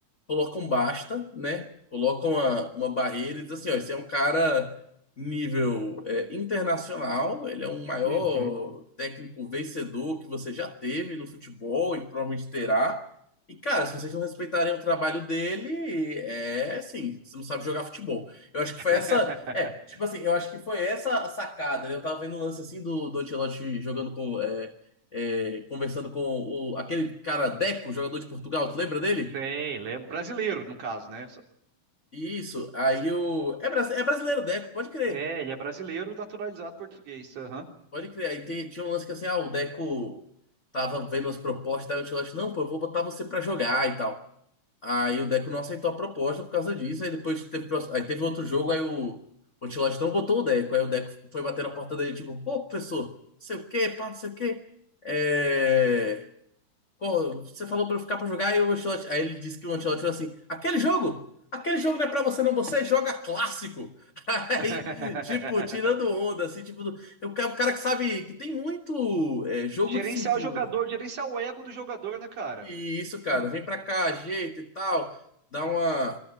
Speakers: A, on the left; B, on the right.
A: colocam basta, né? Colocam uma, uma barreira e diz assim, ó, esse é um cara nível é, internacional, ele é um maior
B: Uhum.
A: técnico vencedor que você já teve no futebol e provavelmente terá. E, cara, se vocês não respeitarem o trabalho dele, é assim, você não sabe jogar futebol. Eu acho que
B: <laughs>
A: foi essa. É, tipo assim, eu acho que foi essa a sacada, né? Eu tava vendo um lance assim do, do Ancelotti jogando com. é, é, conversando com o, aquele cara Deco, jogador de Portugal, tu lembra dele?
B: Sei, ele é brasileiro, no caso, né? Só-
A: Isso, aí o. É, brasi- é brasileiro o Deco, pode crer.
B: É, ele é brasileiro naturalizado português. aham.
A: Pode crer. Aí tem- tinha um lance que assim, ah, o Deco tava vendo as propostas, aí o Ancelotti, não, pô, eu vou botar você pra jogar e tal. Aí o Deco não aceitou a proposta por causa disso, aí depois teve, pro- aí teve outro jogo, aí o, o Ancelotti não botou o Deco, aí o Deco foi bater na porta dele, tipo, pô, professor, não sei o quê, pá, não sei o quê. É, Qual- Você falou pra eu ficar pra jogar e o Ancelotti. Aí ele disse que o Ancelotti falou assim: aquele jogo! Aquele jogo não é pra você, não. Você joga clássico. <laughs> Aí,
B: <laughs>
A: tipo, tirando onda, assim, tipo, do- o ca- o cara que sabe que tem muito é, jogo
B: Gerenciar
A: de cintura.
B: o jogador, gerenciar o ego do jogador, né, cara?
A: E isso, cara, vem pra cá, ajeita e tal, dá uma,